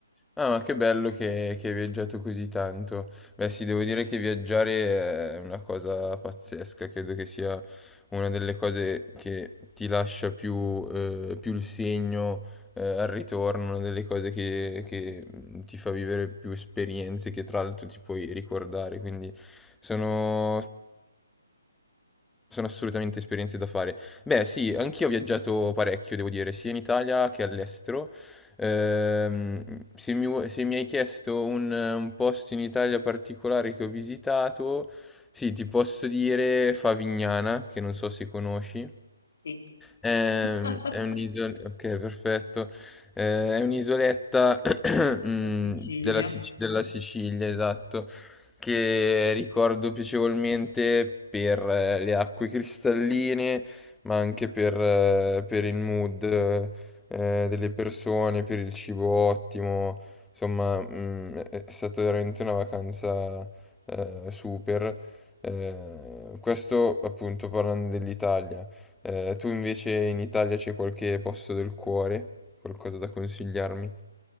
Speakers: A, in the centre; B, on the left.
A: Ah, ma che bello che, che hai viaggiato così tanto. Beh, sì, devo dire che viaggiare è una cosa pazzesca, credo che sia una delle cose che ti lascia più, eh, più il segno, eh, al ritorno, una delle cose che, che, mm, ti fa vivere più esperienze che tra l'altro ti puoi ricordare, quindi sono sono assolutamente esperienze da fare. Beh, sì, anch'io ho viaggiato parecchio, devo dire, sia in Italia che all'estero. Ehm, se mi, vu- se mi hai chiesto un, un posto in Italia particolare che ho visitato, sì, ti posso dire Favignana, che non so se conosci.
B: Sì,
A: Ehm,
B: <laughs>
A: È, un'isola, ok, perfetto. Eh, è un'isoletta <coughs> <clears throat> mm,
B: Eh, Sicilia.
A: della, Sic- della Sicilia, esatto che ricordo piacevolmente per eh, le acque cristalline, ma anche per, eh, per il mood eh, delle persone, per il cibo ottimo. Insomma, mm, è è stata veramente una vacanza eh, super. Eh, questo appunto parlando dell'Italia. Eh, tu invece in Italia c'è qualche posto del cuore? Qualcosa da consigliarmi?